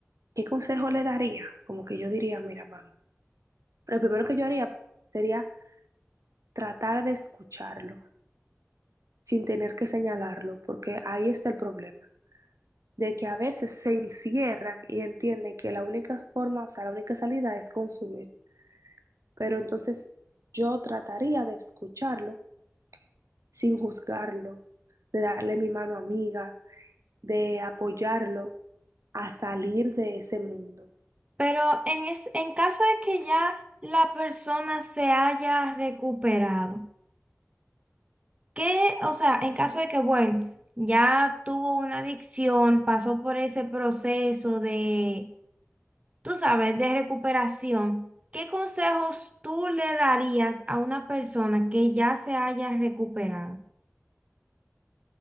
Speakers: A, on the right (about 80°); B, on the right (about 25°).
A: ¿qué consejo le daría? Como que yo diría, mira, vamos. Lo primero que yo haría sería tratar de escucharlo sin tener que señalarlo, porque ahí está el problema, de que a veces se encierran y entienden que la única forma, o sea, la única salida es consumir. Pero entonces yo trataría de escucharlo sin juzgarlo, de darle mi mano amiga, de apoyarlo a salir de ese mundo.
B: pero en, es, en caso de que ya la persona se haya recuperado, ¿qué? O sea, en caso de que, bueno, ya tuvo una adicción, pasó por ese proceso de tú sabes, de recuperación, ¿qué consejos tú le darías a una persona que ya se haya recuperado?